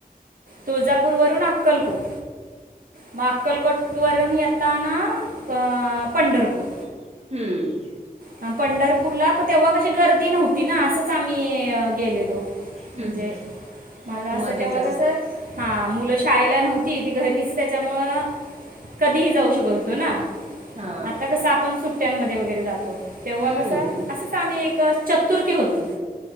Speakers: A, on the right; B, on the right.
A: तुळजापूरवरून आक्कलकोट, मग आक्कलको टवरून येताना पंढरपूर
B: हुं.
A: हां पंढरपूरला प तेव्हा कशी गर्दी नव्हती ना असंच आम्ही अं गेलेलो. म्हणजे,
B: हम्म
A: मला
B: हम्म
A: असं
B: मध्येच
A: तेव्हा कसं हां मुलं शाळेला नव्हती ती घरीच त्याच्यामुळं कधीही जाऊ शकत होतो नां
B: हा
A: आता कसं आपण सुट्ट्यांनमध्ये वगैरे जातो तेव्हा
B: हम्म
A: कसं असतच आम्ही एक चतुर्थी होती